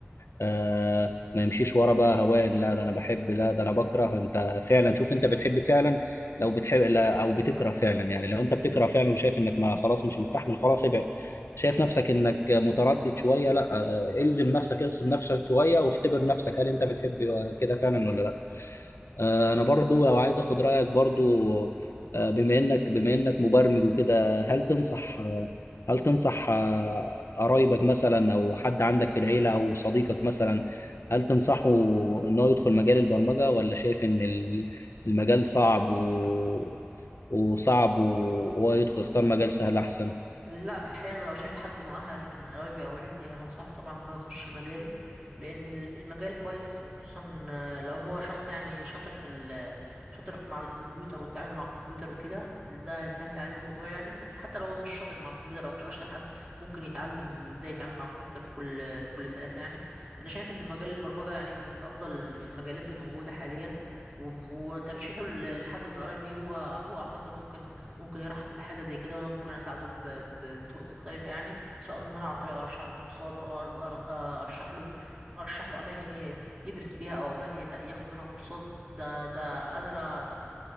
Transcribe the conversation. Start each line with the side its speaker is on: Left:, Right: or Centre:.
Left: آه ما يمشيش ورا بقى هوان لا ده انا بحب لا ده انا بكره انت فعلا شوف انت بتحب فعلا لو بتحب لا- او بتكره فعلا يعني لو انت بتكره فعلا وشايف انك ما خلاص مش مستحمل خلاص ابعد شايف نفسك انك متردد شويه لا آه، الزم نفسك اغصب نفسك شويه واختبر نفسك هل انت بتحب كده فعلا ولا لا آه، انا برضو لو عايز اخد رايك برضو آه، بما انك بما انك مبرمج وكده هل تنصح آه، هل تنصح آه، قرايبك مثلا او حد عندك في العيله او صديقك مثلا هل تنصحه ان هو يدخل مجال البرمجه ولا شايف ان ال- المجال صعب و... وصعب وهو يدخل يختار مجال سهل احسن
Right: لا في الحقيقة أنا لو شايف حد مؤهل من قرايبي أو عيلتي هنصحه طبعا إن هو يخش المجال لأن ال- المجال كويس وخصوصا آه، لو هو شخص يعني شاطر في ال شاطر في- مع الكمبيوتر والتعامل مع الكمبيوتر وكده ده هيسهل عليه الموضوع يعني بس حتى لو هو مش شاطر مع الكمبيوتر أو مش أشطر حد ممكن يتعلم إزاي يتعامل مع الكمبيوتر بكل بكل سلاسة يعني أنا شايف إن مجال البرمجة يعني من أفضل المجالات الموجودة حاليا وم- وترشيحه ل- لحد من قرايبي هو هو أعتقد ممكن ممكن يرحب بحاجة زي كده وأنا ممكن أساعده ب... ب... بطرق مختلفة يعني سواء إن أنا عن طريق أرشح له كورسات أو أر... آه، أرشح له أرشح له أماكن ي- يدرس فيها أو أماكن يت... ياخد منها كورسات ده ده أنا لا